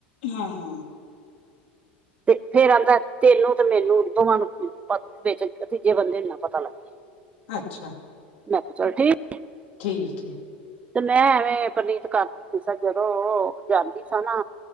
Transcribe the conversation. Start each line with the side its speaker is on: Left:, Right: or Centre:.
Left: ਹਾਂ -ਹਾਂ।
Right: ਤੇ ਫੇਰ ਆਂਹਦਾ ਤੈਨੂੰ ਤੇ ਮੈਨੂੰ ਦੋਵਾਂ ਨੂੰ ਵਿੱਚ, ਤੀਜੇ ਬੰਦੇ ਨੂੰ ਨਾ ਪਤਾ ਲੱਗੇ।
Left: ਅੱਛਾ।
Right: ਮੈ ਕਿਹਾ, ਚੱਲ ਠੀਕ
Left: ਠੀਕ ਏ।
Right: ਤੇ ਮੈਂ ਐਵੇਂ, ਪਰਨੀਤ ਘਰ ਗਈ ਸਾ ਜਦੋਂ ਜਾਂਦੀ ਸਾ ਨਾ,